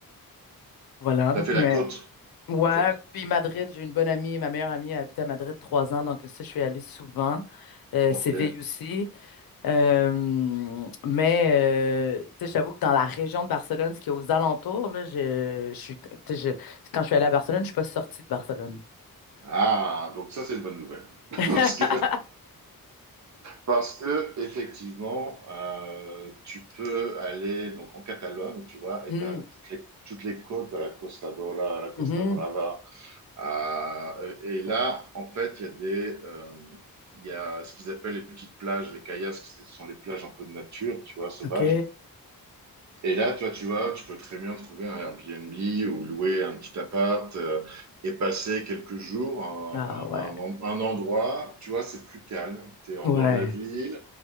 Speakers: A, on the left (about 75°); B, on the right (about 50°).
A: voilà.
B: T'as fait
A: Mais
B: la côte.
A: ouais,
B: En fait,
A: puis Madrid, j'ai une bonne amie. Ma meilleure amie a habité à Madrid trois ans. Donc, ça, je suis allée souvent. Euh,
B: ok.
A: Séville aussi. Euh, mais euh, tu sais, j'avoue que dans la région de Barcelone, ce qui est aux alentours, là, je, je suis, tu sais, je- quand je suis allée à Barcelone, je suis pas sortie de Barcelone.
B: Ah, donc ça, c'est une bonne nouvelle. <laughs>
A: <laughs>
B: Parce que, parce que effectivement, euh, tu peux aller donc, en Catalogne, tu vois,
A: Hmm,
B: et tu as toutes les, toutes les côtes, à la Costa Dora, à la Costa
A: mhm,
B: Brava. euh, et là, en fait, il y a des, euh, il y a ce qu'ils appellent les petites plages, les kayaks, ce sont les plages un peu de nature, tu vois, sauvages.
A: OK.
B: Et là, toi, tu vois, tu peux très bien trouver un Airbnb ou louer un petit appart euh, et passer quelques jours à,
A: Ah ouais,
B: à- à un, en- un endroit, tu vois, c'est plus calme, tu es en
A: ouais.
B: dehors de la ville